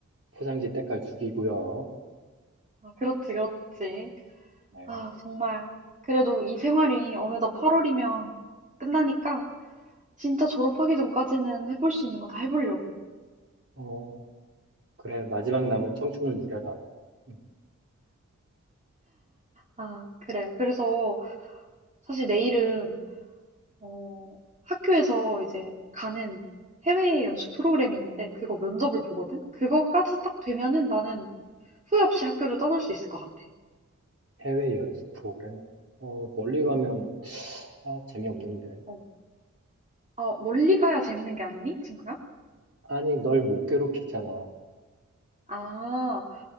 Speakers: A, on the right; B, on the right.
A: 포장지 때깔 죽이고요.
B: 아, 그렇지, 그렇지.
A: 네.
B: 아, 정말. 그래도 이 생활이 어느덧 8월이면 끝나니까 진짜 졸업하기 전까지는 해볼 수 있는 거 다 해보려고.
A: 어, 그래, 마지막 남은 청춘을 누려라. 음,
B: 아, 그래. 그래서 사실 내일은, 어, 학교에서 이제 가는 해외 연수 프로그램이 있는데 그거 면접을 보거든? 그거까지 딱 되면은 나는 후회 없이 학교를 떠날 수 있을 것 같아.
A: 해외 연수 프로그램? 어, 멀리 가면
B: 응,
A: 다 재미없는데.
B: 어. 아, 멀리 가야 재밌는 게 아니니, 친구야?
A: 아니, 널 못 괴롭히잖아.
B: 아,